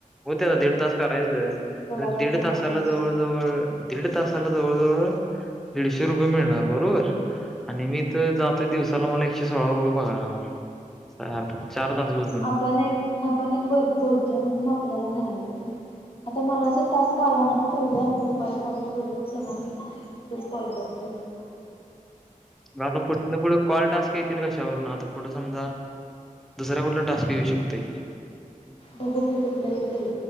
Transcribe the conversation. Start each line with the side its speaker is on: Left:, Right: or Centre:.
Centre: होत आता दीड तास करायचं,
Left: वेळ
Centre: दीड
Left: फोनवर
Centre: तासाला
Left: एवढा
Centre: जवळ
Left: वेळ
Centre: जवळ दीड तासाला जवळ जवळ दिडशे रुपये मिळणार बरोबर, आणि मी इथं जातोय दिवसाला मला इथं एकशे सोळा रुपये पगार हाय मला चार तास चार तास बसून
Left: आपण एक आपण एक बर बोलतोय म्हणून आपल्याला झालं रे ते तर मला जर टास्क आला ना तर उद्या दुपारी कॉलवर बोलतोय तर सगळांना इथच कॉल करतो इथच बोलूया.
Centre: पण हितंन पुढं आता कॉल टास्क येतील कशावरून आता कुठ समजा दुसरा कुठला टास्क येऊ शकतोय.
Left: बघू की कुठलं ईल ते ईल,